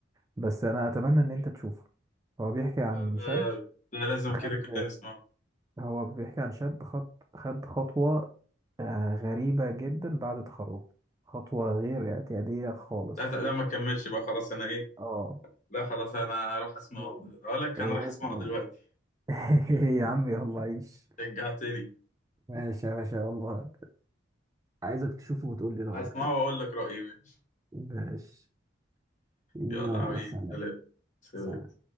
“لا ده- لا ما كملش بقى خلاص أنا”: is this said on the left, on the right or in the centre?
Left